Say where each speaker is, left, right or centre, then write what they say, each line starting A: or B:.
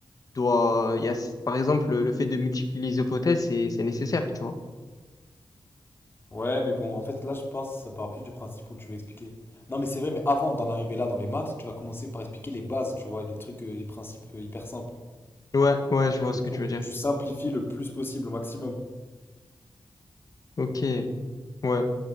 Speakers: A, on the left; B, on the left.
A: doit, il y a, par exemple, le, le fait de multiplier les hypothèses, c'est, c'est nécessaire, tu vois.
B: Ouais, mais bon, en fait, là, je pense, ça part plus du principe où tu veux expliquer. Non, mais c'est vrai, mais avant d'en arriver là dans les maths, tu vas commencer par expliquer les bases, tu vois, et les trucs, euh, les principes euh, hyper simples.
A: Ouais, ouais, je vois
B: Il
A: ce que
B: faut
A: tu
B: que
A: veux dire.
B: tu simplifies le plus possible, au maximum.
A: Ok, ouais. Bah,